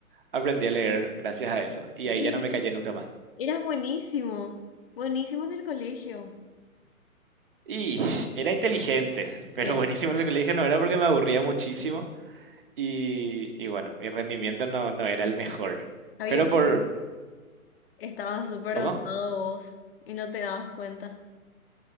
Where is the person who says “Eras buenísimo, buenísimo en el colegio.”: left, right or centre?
Left